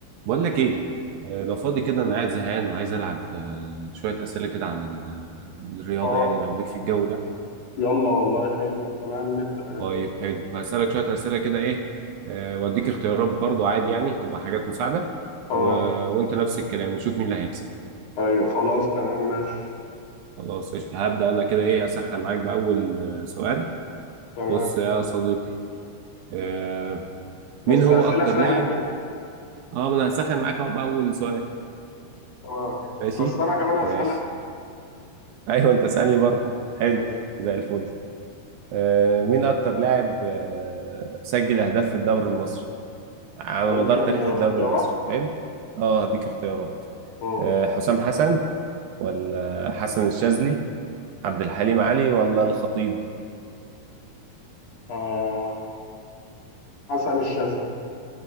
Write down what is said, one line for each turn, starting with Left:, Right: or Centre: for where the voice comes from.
Right: بقول لك ايه آه، لو فاضي كده انا قاعد زهقان وعايز العب آه، شويه اسئله كده عن ال- الرياضه
Left: اه
Right: يعني لو ليك في الجو ده
Left: يلا والله حلو تمام نبدأ يلا
Right: طيب حلو هسالك شويه اسئله كده ايه آه، واديك اختيارات برضو عادي يعني تبقى حاجات مساعده
Left: اه
Right: و... وانت نفس الكلام ونشوف مين اللي هيكسب
Left: ايوه خلاص تمام ماشي
Right: خلاص قشطة هبدا انا كده ايه اسخن معاك باول آه، سؤال
Left: تمام
Right: بص يا صديقي آه، مين
Left: بس
Right: هو
Left: أسئلة
Right: اكتر
Left: سهلة
Right: لاعب
Left: كده
Right: اه ما انا هسخن معاك اهو باول سؤال
Left: تمام
Right: ماشي
Left: بس أنا كمان أسألك
Right: ماشي ايوه انت اسالني برضو حلو
Left: ماشي
Right: زي الفل آه، مين أكتر لاعب آه، سجل أهداف في الدوري المصري على
Left: ممكن
Right: مدار تاريخ
Left: اختيارات
Right: الدوري المصري حلو أه هديك اختيارات
Left: مم.
Right: آه، حسام حسن ولا حسن الشاذلي عبد الحليم علي ولا الخطيب
Left: آه حسن الشاذلي